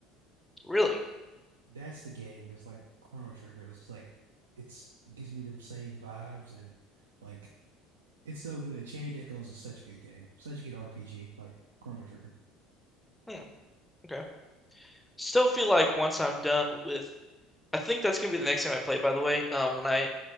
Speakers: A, in the centre; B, on the right.
A: Really?
B: That's the game that's like Chrono Trigger. It's like it's gives me the same vibes and like It's so good. Chained Echoes is such a good game. Such a good RPG, like Chrono Trigger.
A: Hmm, okay. Still feel like once I'm done with, I think that's gonna be the next time I play, by the way. Um, when I